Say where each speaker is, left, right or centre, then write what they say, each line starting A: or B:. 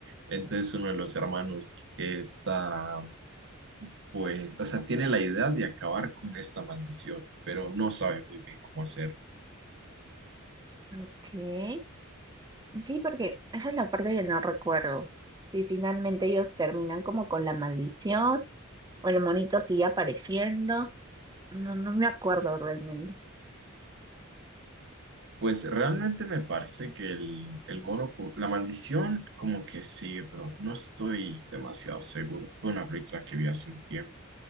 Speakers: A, on the right; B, on the right.
A: Entonces uno de los hermanos está, pues, o sea, tiene la idea de acabar con esta maldición, pero no sabe muy bien cómo hacerlo.
B: Ok. Sí, porque esa es la parte que no recuerdo. Si finalmente ellos terminan como con la maldición o el monito sigue apareciendo. No, no me acuerdo realmente.
A: Pues realmente me parece que el, el mono, co- la maldición como que sigue, pero no estoy demasiado seguro. Fue una película que vi hace un tiempo.